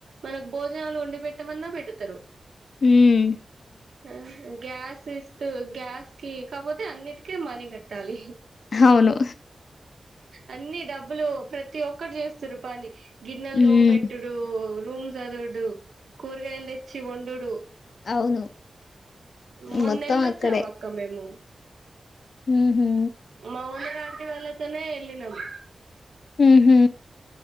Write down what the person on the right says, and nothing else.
మనకు భోజనాలు వండి పెట్టమన్నా పెడతారు
ఆ గ్యాస్ ఇస్తూ గ్యాస్ కి కాకపోతే అన్నిటికే మనీ కట్టాలి
అన్నీ డబ్బులు ప్రతి ఒక్కరు చేస్తరు పని గిన్నెల
దోమ్బెట్టుడు రూమ్స్ చదువుడు కూరగాయలు తెచ్చి వండుడు
మొన్న
ఎల్లోచ్చాం
అక్క మేము
మౌనగా ఇంటి వాళ్ళతోనే ఎల్లినమ్